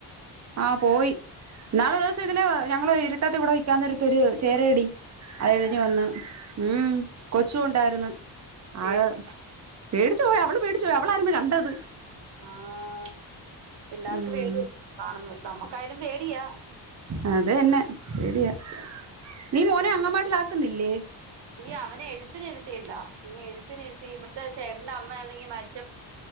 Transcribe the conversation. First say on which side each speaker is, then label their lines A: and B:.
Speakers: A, on the right; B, on the right.
A: ആ പോയി ന്നാളോ ഒരു ദിവസം ഇതിലെ ഞങ്ങള് ഇരു മുറ്റത്ത് ഇവിടെൽക്കാന്നൊരത്ത ഒരു ചേരടി അത്
B: ആഹ്
A: എഴിഞ്ഞു വന്ന് ഉം കൊച്ചു ഉണ്ടായിരുന്നു ആ
B: പേടിച്ച്
A: പേടിച്ചോയി അവള് പേടിച്ചപോയി അവളായിരുന്നു കണ്ടത്
B: ആഹ് എല്ലാര്ക്ക്
A: ഉം
B: വേര് കാണ്ന്നു നമ്മുക്കായാലും പേടിയാ
A: അതന്നെ പേടിയ നീ മോനെ അങ്ങമായിട്ടില ആക്കുന്നില്ലേ
B: ഈ അവനെ എഴുത്തിന് ഇരുത്തിയില്ല ഇനി എഴുത്തിനിരിത്തി ഇവിടുത്തെ ചേട്ടന്റെ അമ്മെണെങ്കി മരിച്ച